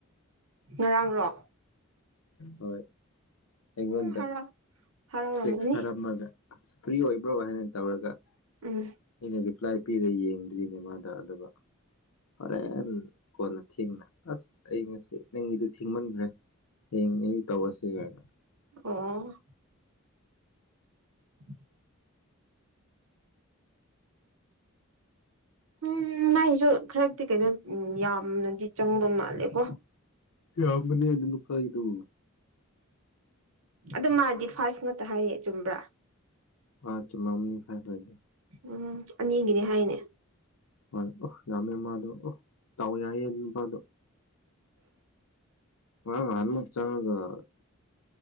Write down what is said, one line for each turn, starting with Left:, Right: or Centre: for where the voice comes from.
Right: ꯉꯔꯥꯡꯔꯣ
Left: ꯍꯣꯏ ꯑꯩꯉꯣꯟꯗ
Right: ꯎꯝ ꯍꯔꯥꯎ ꯍꯔꯥꯎꯔꯝꯒꯅꯤ
Left: ꯇ‌ꯦꯛꯁ ꯊꯔꯝꯕꯗꯥ ꯑꯁ ꯐ꯭ꯔꯤ ꯑꯣꯏꯕ꯭ꯔꯣ ꯍꯥꯏꯅ ꯇꯧꯔꯒ
Right: ꯎꯝ
Left: ꯑꯩꯅ ꯔꯤꯄ꯭ꯂꯥꯏ ꯄꯤꯔ ꯌꯦꯡꯗ꯭ꯔꯤꯅꯦ ꯃꯥꯗ ꯑꯗꯨꯒ ꯍꯣꯔꯦꯟ ꯀꯣꯟꯅ ꯊꯦꯡꯅ ꯑꯁ ꯑꯩ ꯉꯁꯤ ꯅꯪꯒꯤꯗꯨ ꯊꯤꯡꯃꯟꯈ꯭ꯔꯦ ꯍꯌꯦꯛ ꯑꯌꯨꯛ ꯇꯧꯔꯁꯤ ꯀꯥꯏꯅꯥ
Right: ꯑꯣ <inaudible> ꯎꯝ ꯃꯥꯏꯁꯨ ꯈꯔꯗꯤ ꯀꯩꯅꯣ ꯌꯥꯝꯅꯗꯤ ꯆꯪꯕ ꯃꯥꯜꯂꯦꯀꯣ
Left: ꯌꯥꯝꯃꯅꯤꯅꯤꯅ <unintelligible> ꯈꯥꯏꯗꯨ
Right: ꯑꯗꯨ ꯃꯥꯗꯤ ꯐꯥꯏꯚ ꯉꯥꯛꯇ ꯍꯥꯏꯌꯦ ꯆꯨꯝꯕ꯭ꯔꯥ
Left: ꯍꫭꯏ ꯆꯨꯝꯃꯝꯅꯤ ꯐꯥꯏꯚ ꯑꫭꯏꯗꯤ
Right: ꯎꯝ ꯑꯅꯤꯒꯤꯅꯤ ꯍꯥꯏꯅꯦ
Left: ꯍꯣꯏ ꯑꯁ ꯌꯥꯝꯃꯦ ꯃꯥꯗꯣ ꯑ <unintelligible> ꯗꯥꯎ ꯌꯥꯏꯌꯦ ꯅꯨꯄꯥꯗꯣ ꯍ ꯍꯜꯃ <unintelligible> ꯆꯪꯉꯒ